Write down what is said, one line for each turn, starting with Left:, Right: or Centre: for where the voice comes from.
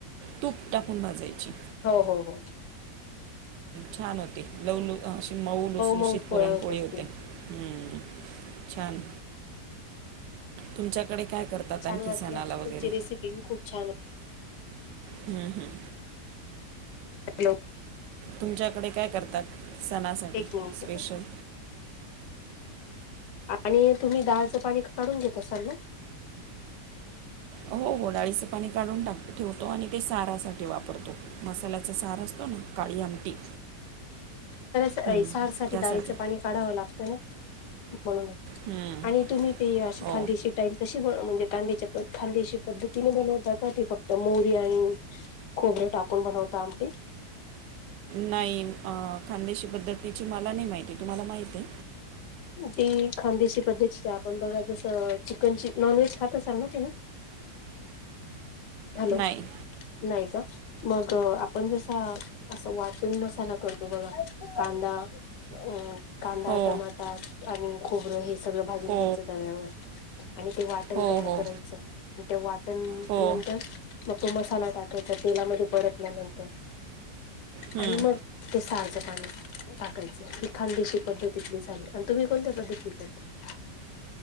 Right: तूप टाकून भाजायची.
Left: हो हो हो.
Right: छान होती. लवलू अशी मऊ लुसलुशीत
Left: मऊ पोळ्या
Right: पुरणपोळी
Left: होत असतील
Right: होते हम्म, छान. तुमच्याकडे काय करतात
Left: छान
Right: आणखी
Left: वाटलं,
Right: सणाला वगैरे
Left: तुमची रेसिपी बी खूप छान
Right: हम् हम्.
Left: <unintelligible>
Right: तुमच्याकडे काय करतात. सणासाठी,
Left: एक मिनिट
Right: स्पेशल.
Left: आणि तुम्ही, डाळचं पाणी काढून घेत असाल ना?
Right: हो- हो, डाळीचं पाणी काढून टाक ठेवतो आणि ते सारासाठी वापरतो. मसाल्या सार असतो ना, काळी आमटी.
Left: तरच
Right: हम्म,
Left: सार साठी,
Right: त्यासाठी
Left: डाळीच पाणी काढावं लागतं ना? म्हणूनच,
Right: हम्म,
Left: आणि तुम्ही ते अशी
Right: हो
Left: खानदेशी टाईप तशी बनव म्हणजे कांद्याच्या प खांद्याशी पद्धतीने बनवता का ते फक्त मोरी आणि खोबरे टाकून बनवत ता आमटी.
Right: नाही, आ खानदेशी पद्धतीची मला नाही माहिती, तुम्हाला माहितेय?
Left: ती खानदेशी पद्धतीची आपण बघा जसं, चिकनची नॉनव्हेज खात असाल ना तुम्ही? हॅलो,
Right: नाही
Left: नाही का? मग आपण जसं असं वाटून मसाला करतो बघा कांदा अ कांदा,
Right: हो
Left: टोमाट ट आणि खोबरं हे सगळं भाजून
Right: हो
Left: घ्यायच तव्यावर, आणि ते वाटण
Right: हो
Left: तयार
Right: हो
Left: करायचं. त्या वाटण
Right: हो
Left: तर तो, मसाला टाकायचा तेलामध्ये परतल्यानंतर
Right: हम्म
Left: आणि मग ते सार च पाणी टाकायचं. ही खानदेशी पद्धतीतली झाली. आणि तुम्ही कोणत्या पद्धती करता?